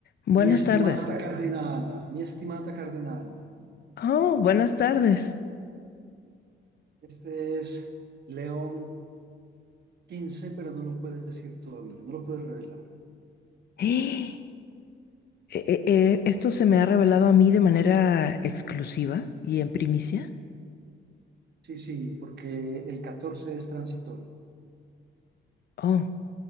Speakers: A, on the left; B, on the right.
A: Buenas
B: Mi estimada
A: tardes.
B: cardenala, mi estimada cardenala,
A: Oh, buenas tardes.
B: este es León 15, pero no lo puedes decir todavía, no lo puedes revelar.
A: <gasps> ¡Eh! Eh, eh, eh, esto se me ha revelado a mí de manera exclusiva y en primicia?
B: Sí, sí, porque el catorce es transitorio.
A: Oh,